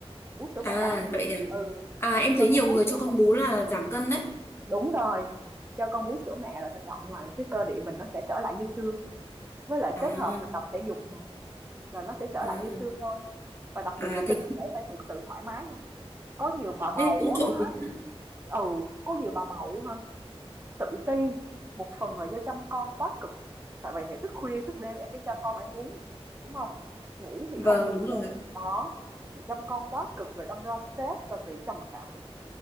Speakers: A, on the right; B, on the left.
A: bú sữa
B: à
A: mẹ đó.
B: vậy à
A: Ừ,
B: à em
A: cho
B: thấy
A: con
B: nhiều
A: bú
B: người cho
A: sữa
B: con bú là giảm cân đấy
A: Đúng rồi, cho con bú sữa mẹ là tự động là cái cơ địa mình nó sẽ trở lại như xưa. Với lại
B: à,
A: kết hợp là tập thể dục nè, là nó sẽ trở
B: à
A: lại như xưa thôi. Và đặc biệt
B: À
A: là tinh
B: thế
A: thần
B: cũng
A: em phải thực sự thoải mái nha. Có nhiều bà bầu
B: thế thì cũng trộm
A: á hả?
B: vía.
A: Ừ, có nhiều bà bầu á hả? Tự ti, một phần là do chăm con quá cực. Tại vậy thì thức khuya, thức đêm em phải cho con em bú nè, đúng không? Ngủ thì
B: Vâng
A: không đủ
B: đúng rồi.
A: giấc. Đó, rồi chăm con quá cực rồi đâm ra stress rồi bị trầm cảm.